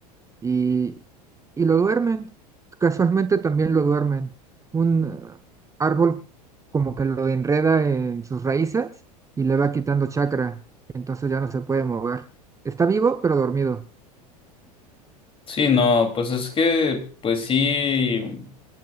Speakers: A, on the right (about 15°); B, on the left (about 25°).
A: y, y lo duermen. Casualmente también lo duermen. Un eh, árbol como que lo enreda en sus raíces y le va quitando chakra, entonces ya no se puede mover. Está vivo, pero dormido.
B: Sí, no, pues es que, pues sí.